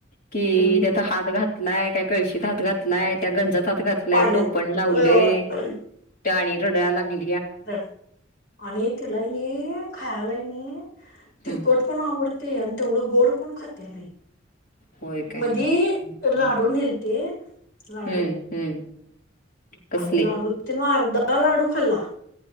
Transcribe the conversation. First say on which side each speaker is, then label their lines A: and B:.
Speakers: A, on the left; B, on the left.
A: कि
B: हम्म
A: त्याचा हात घातलाय काय कळशीत हात घातलाय त्या गंजात हात घातला
B: पाण्यात
A: लय टोपण लावलेय
B: होय होय
A: ती आणि रडाय लागली.
B: रड आणि तिला कनि खायला कनि तिखट
A: हम्म
B: पण आवडते आणि तेवढं बोड पण खात्या लय
A: होय काय
B: मधि
A: हम्म
B: लाडू न्हेलती लाडू
A: हम्म कसले
B: आणि लाडू तिन अर्धा लाडू खाल्ला